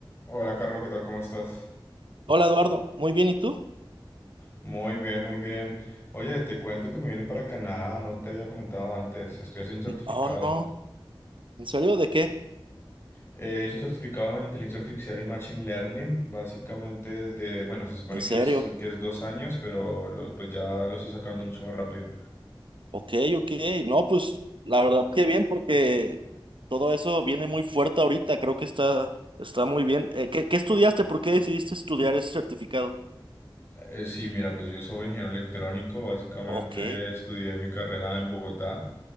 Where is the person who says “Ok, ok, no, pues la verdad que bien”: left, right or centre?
Right